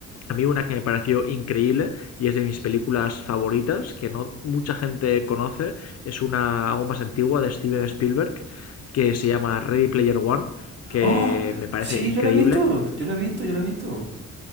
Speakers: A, on the left; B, on the right.
A: a mí una que me pareció increíble y es de mis películas favoritas, que no mucha gente conoce, es una algo más antigua de Steven Spielberg, que se llama Ready Player One, que
B: ¡Oh!
A: me parece
B: Sí,
A: increíble
B: yo la he visto, yo la he visto, yo la he visto.